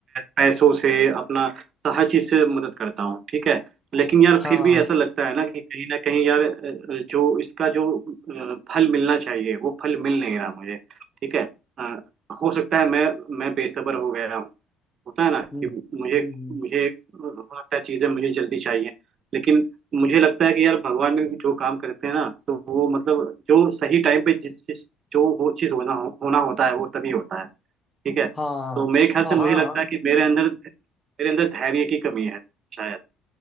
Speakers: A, on the right; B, on the left.
A: पैसों से अपना हर चीज से मदद करता हूँ ठीक है लेकिन यार
B: हाँ
A: फिर भी ऐसा लगता है ना कि कहीं ना कहीं यार अ, जो इसका जो अ, फल मिलना चाहिए वो फल मिल नहीं रहा मुझे ठीक है अ, हो सकता है मैं मैं बेसब्र हो गया होता है ना
B: हम्म,
A: कि मुझे
B: हम्म,
A: मुझे हो सकता है चीजें मुझे जल्दी चाहिए लेकिन मुझे लगता है कि यार भगवान ने जो काम करते हैं ना तो वो मतलब जो सही टाइम पे जिस चीज जो वो चीज होना होना होता है वो तभी होता है ठीक है तो
B: हाँ
A: मेरे ख्याल
B: हाँ
A: से मुझे
B: हाँ
A: लगता है कि मेरे अंदर मेरे अंदर धैर्य की कमी है शायद